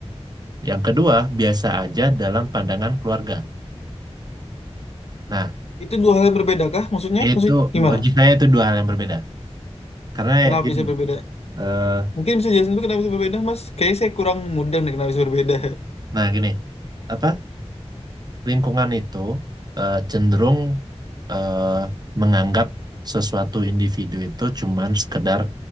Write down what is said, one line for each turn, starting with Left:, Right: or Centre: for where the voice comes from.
Right: Yang kedua, biasa aja dalam pandangan keluarga. Nah,
Left: Itu dua hal yang berbeda kah? Maksudnya,
Right: itu
Left: maksudnya gimana?
Right: bagi saya itu dua hal yang berbeda. Karena
Left: Kenapa
Right: ya gini.
Left: bisa berbeda?
Right: eh,
Left: Mungkin bisa jelasin dulu kenapa bisa berbeda, Mas? Kayaknya saya kurang mudeng deh kenapa bisa berbeda.
Right: Nah, gini, apa lingkungan itu eh, cenderung eh, menganggap sesuatu individu itu cuman sekedar